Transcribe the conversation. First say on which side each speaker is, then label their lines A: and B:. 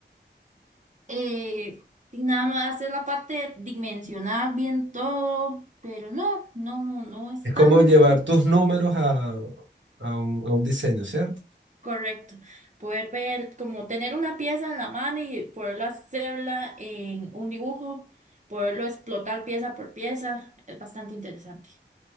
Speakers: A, on the right; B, on the right.
A: Eh, y nada más es la parte de dimensionar bien todo, pero no, no, no, no es
B: Es como
A: tan...
B: llevar tus números a, a un, a un diseño, ¿cierto?
A: Correcto. Poder ver, como tener una pieza en la mano y poderlo hacerla en un dibujo, poderlo explotar pieza por pieza, es bastante interesante.